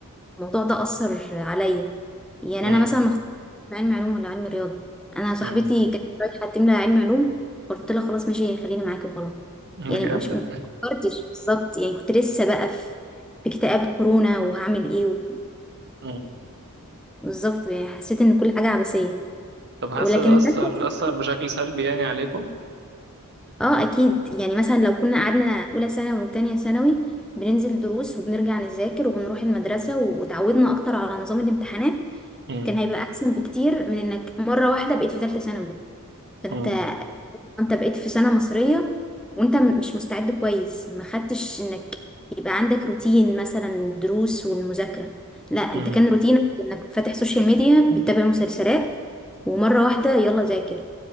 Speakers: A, in the centre; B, on the right.
A: الموضوع ده اثر عليا يعني
B: امم
A: انا مثلا ما اخترتش علم علوم ولا علم رياضه انا صاحبتي
B: امم
A: كانت رايحه تملى علم علوم فقلت لها خلاص ماشي خليني معاكي وخلاص
B: أمم.
A: يعني
B: بجد
A: مش ما فكرتش بالظبط يعني كنت لسه بقى في في اكتئاب كورونا وهعمل ايه و...
B: امم
A: فبالظبط يعني حسيت ان كل حاجه عبثيه
B: طب حاسه
A: ولكن
B: ده اثر
A: تالتة
B: اثر بشكل سلبي يعني عليكم
A: اه اكيد يعني مثلا لو كنا قعدنا اولى ثانوي وتانية ثانوي بننزل دروس وبنرجع نذاكر وبنروح المدرسة وتعودنا اكتر على نظام الامتحانات
B: امم
A: كان هيبقى احسن بكتير من انك مرة واحدة بقيت في ثالثة ثانوي فانت
B: امم
A: انت بقيت في سنة مصرية وانت م- مش مستعد كويس ما خدتش انك يبقى عندك روتين مثلا الدروس والمذاكرة لا انت
B: امم
A: كان روتينك انك فاتح سوشيال ميديا بتتابع مسلسلات ومرة واحدة يلا ذاكر